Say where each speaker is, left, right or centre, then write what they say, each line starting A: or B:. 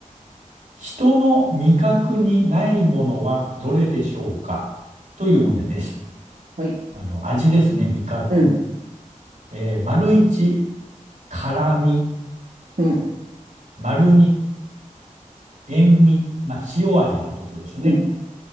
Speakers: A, on the right; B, on the right.
A: 人の味覚にないものはどれでしょうかという問題です。
B: はい、
A: あの、味ですね、味覚。
B: うん、
A: えー丸1、辛味。
B: うん、
A: 丸2、塩味。まあ、塩味のことですね。
B: うん、